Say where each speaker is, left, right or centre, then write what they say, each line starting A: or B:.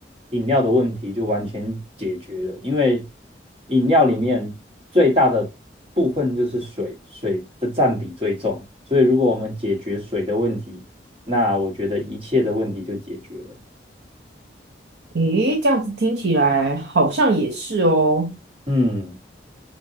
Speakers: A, on the right (about 30°); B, on the right (about 75°).
A: 饮料的问题就完全解决了。因为饮料里面最大的部分就是水，水的占比最重。所以如果我们解决水的问题，那我觉得一切的问题就解决了。
B: 诶，这样子听起来好像也是哦。
A: 嗯，